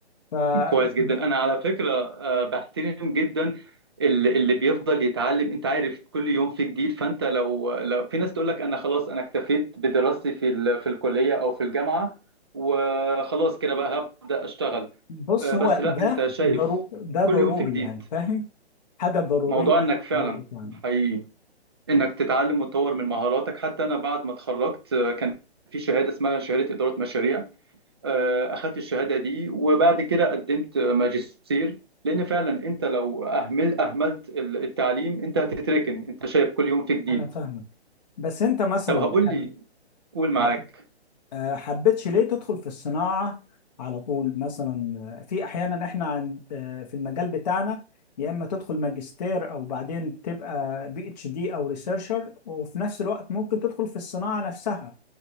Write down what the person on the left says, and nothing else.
ف
د-
بص
هو
ده
ضرو ده
ضروري
يعني فاهم حاجة ضرورية
يعني
انا فاهمك بس انت مثلا
ح-
ح-
آه، حبيتش ليه تدخل في الصناعة على طول مثلا آه، في أحيانا إحنا عند آه، في المجال بتاعنا يا إما تدخل ماجستير أو بعدين تبقى بي اتش دي أو ريسيرشر وفي نفس الوقت ممكن تدخل في الصناعة نفسها